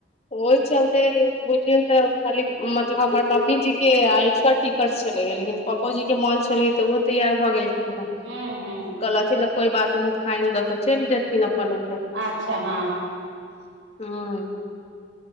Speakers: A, on the left (about 35°); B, on the right (about 85°).
A: ओहि चलते बुझियौ तऽ खाली मतलब हमर मम्मी जी के आइ टिकट छले हा लेकिन पपो जी के मोन छलै तऽ उहो तैयार भऽ गेलखिन हे
B: हू हू
A: कहलथिन कोनो बात न फाइन दकऽ चलि जेथिन अपन उऊहे
B: अच्छा हँ
A: हँ